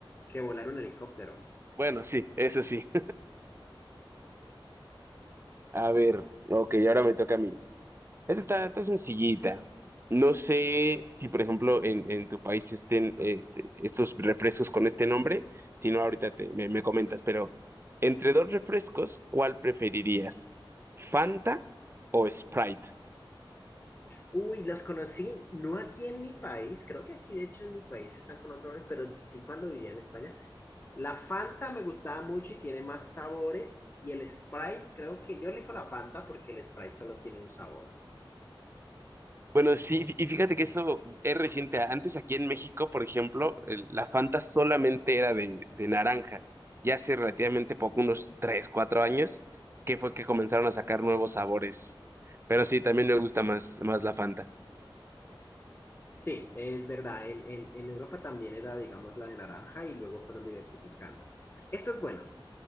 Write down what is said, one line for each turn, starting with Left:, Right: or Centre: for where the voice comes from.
Left: que volar un helicóptero.
Right: Bueno, sí, eso sí. <laughs> A ver, ok, ahora me toca a mí. Esta está, está sencillita. No sé si, por ejemplo, en, en tu país estén este, estos refrescos con este nombre. Si no, ahorita te- me, me comentas, pero entre dos refrescos, ¿cuál preferirías? ¿Fanta o Sprite?
Left: Uy, los conocí, no aquí en mi país, creo que aquí de hecho en mi país están con otro nombre, pero sí cuando vivía en España. La Fanta me gustaba mucho y tiene más sabores, y el Sprite, creo que yo elijo la Fanta porque el Sprite solo tiene un sabor.
Right: Bueno, sí, fí- y fíjate que eso es reciente. Antes aquí en México, por ejemplo, el- la Fanta solamente era de, de naranja. Y hace relativamente poco, unos 3 4 años, que fue que comenzaron a sacar nuevos sabores. Pero sí, también me gusta más, más la Fanta.
Left: Sí, es verdad. En, en- en Europa también era, digamos, la de naranja y luego fueron diversificando. Esto es bueno.